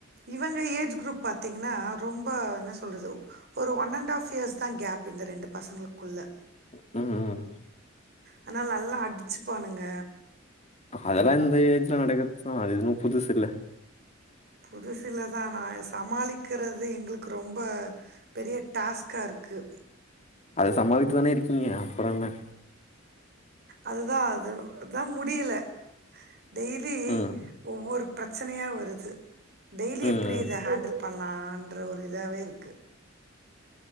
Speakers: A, on the right (about 55°); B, on the left (about 35°).
A: இவங்க ஏஜ் குரூப் பாத்தீங்கன்னா ரொம்ப என்ன சொ ல்றது ஒரு ஒன் அண்ட் ஹாஃப் இயர்ஸ் தா கேப் இந்த ரெண்டு பசங்களுக்குள்ள
B: ம் ம்
A: அதனால நல்லா அடிச்சிப்பானுங்க
B: அதெல்லா இந்த ஏஜில நடக்கத்தா அது இதுனு புதுசு இல்ல
A: புதுசு இல்லதா நா சமாளிக்கிறது எங்களுக்கு ரொம்ப பெரிய டாஸ்க்கா இருக்கு
B: அத சமாளிச்சிதான இருக்கீங்க அப்புற என்ன
A: அதுதா அது அதா முடியல டெய்லி
B: ம்
A: ஒவ்வொரு பிரச்சனையா வருது டெய்லி
B: ம்
A: எப்டி
B: ம்.
A: இத ஹாண்டில் பண்லான்ற ஒரு இதாவே இருக்கு